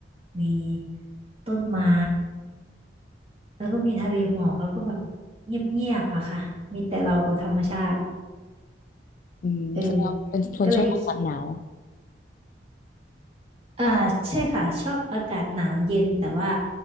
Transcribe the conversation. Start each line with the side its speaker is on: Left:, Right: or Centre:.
Right: มีต้นไม้แล้วก็มีทะเลหมอกแล้วก็แบบเงียบๆอะค่ะมีแต่เรากับธรรมชาติ
Left: อืมแสดงว่าเป็นคนชอบอากาศหนาว
Right: เออก็เลยอ่าใช่ค่ะชอบอากาศหนาวเย็นแต่ว่า